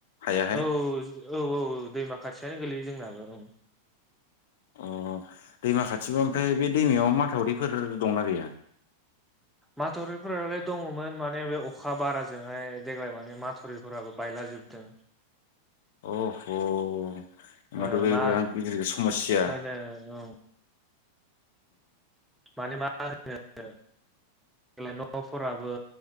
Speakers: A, on the left; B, in the centre.
A: हायाहाय
B: औ औ औ औ दैमा खाथियानो गोलैयो जोंनाबो औ।
A: अह, दैमा खाथिबा ओमफाय बे दैमायाव माथावरिफोर दंना गैया?
B: माथावरिफोरालाय दङमोन माने बे अखा बाराजोंहाय देग्लाय माने माथरिफोराबो बायलाजोबदों।
A: अह'! होमबाथ'
B: ओ
A: बे
B: मा
A: बिराद गिदिर समस्या।
B: होनो
A: <inaudible>
B: ओं माने मा होनो देग्लाय न'फोराबो